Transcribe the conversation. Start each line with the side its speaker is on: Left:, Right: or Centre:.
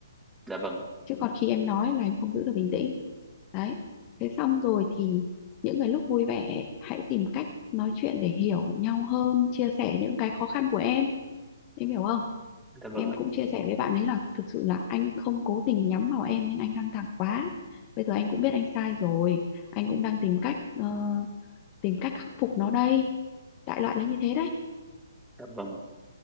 Centre: dạ vâng
Left: chứ còn khi em nói là em không giữ được bình tĩnh đấy thế xong rồi thì những cái lúc vui vẻ ấy, hãy tìm cách nói chuyện để hiểu nhau hơn chia sẻ những cái khó khăn của em em hiểu không
Centre: dạ vâng
Left: em
Centre: ạ,
Left: cũng chia sẻ với bạn ấy là thực sự là anh không cố tình nhắm vào em nhưng anh căng thẳng quá bây giờ anh cũng biết anh sai rồi anh cũng đang tìm cách ờ, tìm cách khắc phục nó đây đại loại là như thế đấy
Centre: dạ vâng